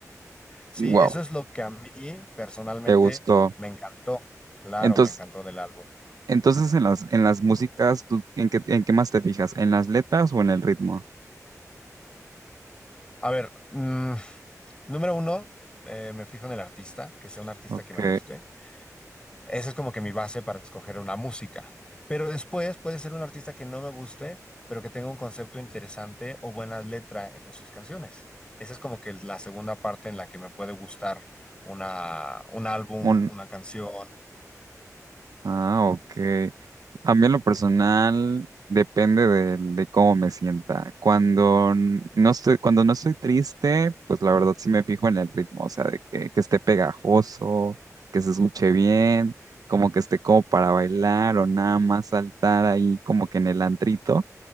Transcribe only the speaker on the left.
sí,
eso es lo que a mí personalmente
me encantó. Claro,
me encantó del álbum.
A ver, mm, número uno, eh, me fijo en el artista, que sea un artista
que me guste. Esa es como que mi base para escoger una música. Pero después puede ser un artista que no me guste, pero que tenga un concepto interesante o buena letra en sus canciones. Esa es como que la segunda parte en la que me puede gustar una, un álbum,
una canción.